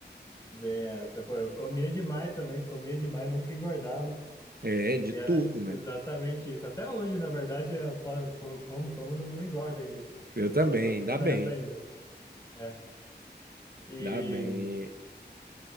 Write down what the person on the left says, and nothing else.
Bem essa. Pô, eu comia demais também, comia demais, nunca engordava.
E
era
exatamente isso. Até hoje, na verdade, eu posso- pô, como, como não, não engorda ainda.
Tô, tô,
tô nessa
ainda. É. E